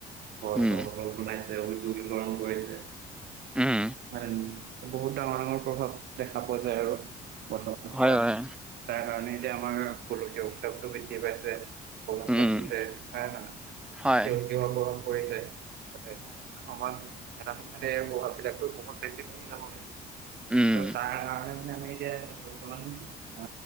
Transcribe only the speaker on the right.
ঘৰ
চৰ <unintelligible> বনাইছে উদ্যোগিকৰন কৰিছে।
ফাইনেলি বহুত ডাঙৰ ডাঙৰ প্ৰভাৱ দেখা পোৱা যায় আৰু। বন্ধ <unintelligible>
তাৰ কাৰণে এতিয়া আমাৰ গোলোকীয় উত্তাপটো বৃদ্ধি পাইছে। পলম
ৰাখিছে হয় নাই
<unintelligible> পলম কৰিছে। হয়, এটা সময়ত এটা সময়ত এ প্ৰভাৱবিলাকতো বহুত বেছি বাঢ়ি যাব গে।
ত তাৰ কাৰণ মানে আমি এতিয়া বৰ্তমান আ